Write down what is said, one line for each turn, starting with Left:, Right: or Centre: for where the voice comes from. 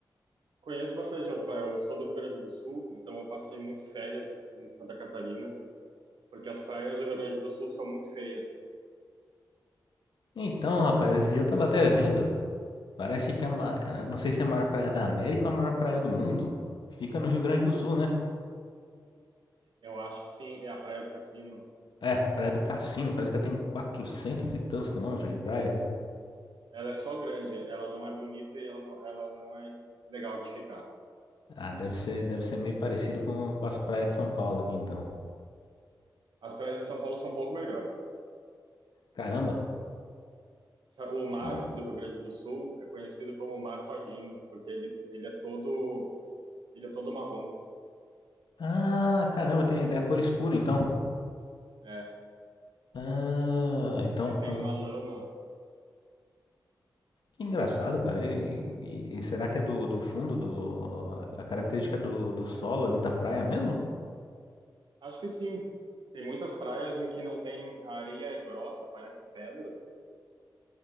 Right: Conheço bastante, eu eu sou do Rio Grande do Sul, então eu passei muito férias em Santa Catarina, porque as praias do Rio Grande do Sul são muito feias.
Left: Então, rapaz, esse dia eu tava até vendo. Parece que é a ma- eh, não sei se é a maior praia da América ou a maior praia do mundo. Fica no Rio Grande do Sul, né?
Right: Eu acho que sim, é a Praia do Cassino.
Left: É, Praia do Cassino. Parece que ela tem 400 e tantos quilômetros de praia, cara.
Right: Ela é só grande, ela não é bonita e ela não, ela não é legal de ficar.
Left: Ah, deve ser, deve ser meio parecido com, com as praias de São Paulo aqui, então.
Right: As praias de São Paulo são um pouco melhores.
Left: Caramba.
Right: O mar
Left: Não.
Right: do Rio Grande do Sul é conhecido como o mar todinho, porque ele, ele é todo ele é todo marrom.
Left: Ah, caramba, tem, tem a cor escura, então.
Right: É,
Left: Ah, então,
Right: ele tem
Left: então-
Right: uma lama.
Left: Que engraçado, cara. E, e- e será que é do, do fundo, do, a, a característica do, do solo ali da praia mesmo?
Right: Acho que sim. Tem muitas praias em que não tem a areia é grossa, parece pedra,